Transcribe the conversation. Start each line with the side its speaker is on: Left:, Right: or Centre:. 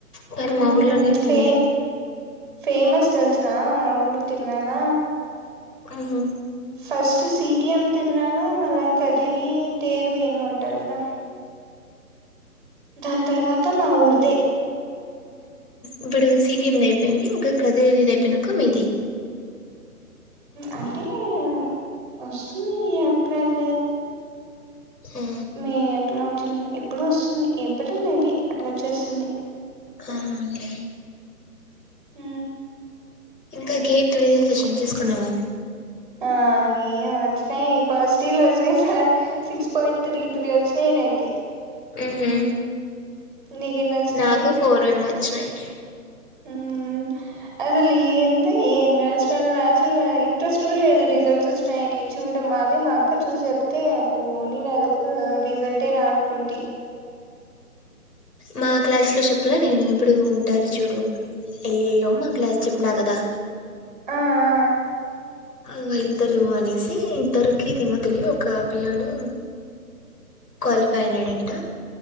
Left: కానీ
Right: మ్మ్
Left: మా ఊర్లోనే ఇట్లుంది
Right: ఫే ఫేమస్ తెల్సున మా ఊరు తిరునాల
Left: ఆహు
Right: ఫస్ట్ సిటిఎం తిర్నాల మళ్ళ కదిరి తేరు ఏందో ఉంటారు కదా దాని తర్వాత మా ఊర్దే
Left: ఇప్పుడు సిటిఎం అయిపోయింది ఇంకా కదిరిది అయిపోయినాక మీది
Right: అంటే ఇగ వస్తుంది ఏప్రిల్
Left: ఆ
Right: మే అట్లా జూన్ ఇప్పుడు వస్తుంది ఎప్పుడో మేబి అట్లా వచ్చేస్తుంది
Left: అవునులే
Right: హ
Left: ఇంకా గేట్ రిజల్ట్స్ వచ్చినై చుసుకున్నావా
Right: ఆ ఏం వచ్చినాయి ఈ పాజిటివ్ల్ వచ్చినయి సాలు సిక్స్ పాయింట్ త్రీ త్రీ వచ్చినై నాకి
Left: ఉహు
Right: నీకెన్ని వచ్చినాయి
Left: నాకు ఫోరేమో వచ్చినాయి
Right: ఉమ్ అసలు ఏంద ఏం రాసినల్ అసలు ఇంట్రెస్ట్ కూడా లేదు రిజల్ట్స్ వస్తాయని చూడ మాది మా అక్క చూసి చెప్తే పోనీగా అదొక రిజల్టే రా అనుకుంటి
Left: మా క్లాస్ లో చెప్పలా నేను ఎప్పుడు ఉంటారు చూడు యెల్ ఎ మా క్లాస్ చెప్పినా కదా
Right: ఆ ఆ
Left: వాళ్ళిద్దరు అనేసి ఇద్దరుకి దేమో తెలి ఒక పిల్లాడు క్వాలిఫై అయినాడంట